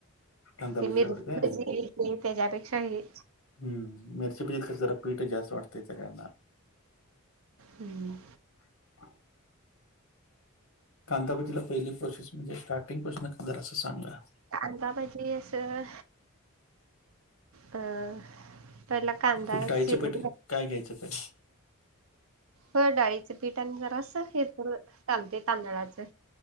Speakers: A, on the left; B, on the right.
A: कांदा भजीच
B: ते मिरची
A: आवडते
B: ची ते त्याच्यापेक्षाही.
A: हम्म. मिरची भजीत कसं? जरा पीठच जास्त वाटतंय सगळ्यांना.
B: हम्म.
A: <inaudible> कांदा भजीला पहिली प्रोसेस म्हणजे स्टार्टिंग पासुन करणार असं सांगा.
B: आता म्हणजी असं अं. पहिला कांदा
A: कुठं डाळीचं
B: चीरून
A: पीठ काय घ्यायचं तरी.
B: हो डाळीच पीठ आणि जरास हे चालते तांदळाचं.